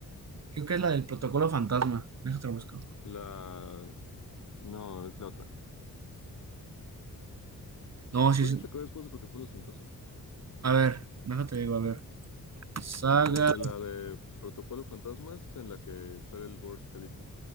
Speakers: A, on the right; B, on the left.
A: creo que es la del protocolo fantasma. Déjate lo busco.
B: Las... No, es la otra.
A: No, sí,
B: ¿Cuál
A: sí.
B: es la que va después de Protocolo Fantasma?
A: A ver, déjate digo, a ver. Saga.
B: Porque la de Protocolo Fantasma es en la que sale el Burj Khalifa.